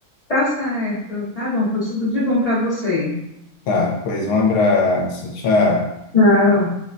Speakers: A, on the left; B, on the left.
A: Tá certo. Tá bom, pois tudo de bom pra você.
B: Tá, pois um abraço, tchau.
A: Tchau.